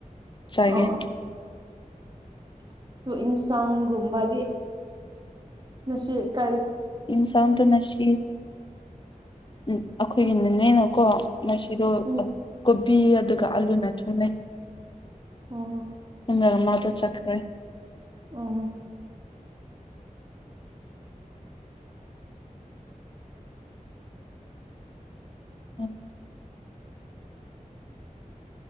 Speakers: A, on the left (about 35°); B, on the right (about 30°).
A: ꯆꯥꯒꯦ
B: ꯑꯣ ꯑꯣ ꯇꯨ ꯏꯟꯁꯥꯡꯒꯨꯝꯕꯥꯗꯤ ꯅꯁꯤ ꯀ
A: ꯏꯟꯁꯥꯡꯗꯨꯅꯁꯤ ꯑꯝ ꯑꯩꯈꯣꯏꯒꯤꯅꯅꯦꯅꯀꯣ ꯉꯁꯤꯗꯣ
B: ꯎꯝ
A: ꯀꯣꯕꯤ ꯑꯗꯨꯒ ꯑꯂꯨꯅ ꯆꯨꯝꯃꯦ
B: ꯑꯣ
A: ꯅ ꯃꯃ ꯗꯣ ꯆꯈ꯭ꯔꯦ
B: ꯑꯣ
A: ꯎꯝ